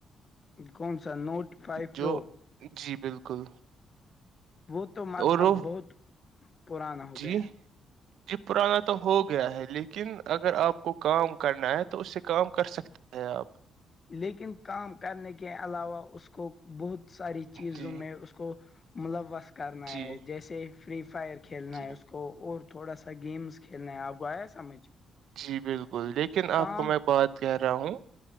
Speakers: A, on the left (about 25°); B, on the right (about 70°).
A: کون سا نوٹ فائیو
B: جو
A: پرو
B: جی بالکل
A: وہ تو م
B: اور وہ
A: اب بہت پرانا ہو
B: جی
A: گیا
B: جی پرانا تو ہو گیا ہے لیکن اگر آپ کو کام کرنا ہے تو اس سے کام کر سکتے ہے آپ
A: لیکن کام کرنے کے علاوہ اس کو بہت ساری چیزوں
B: جی
A: میں اس کو ملوث کرنا
B: جی
A: ہے جیسے فری فائر کھیلنا
B: جی
A: ہے اس کو تو اور تھوڑا سا گیمس کھیلنا ہے آپ گ آیا سمجھ
B: جی بالکل لیکن
A: کام
B: آپ کو میں بات کہ رہا ہوں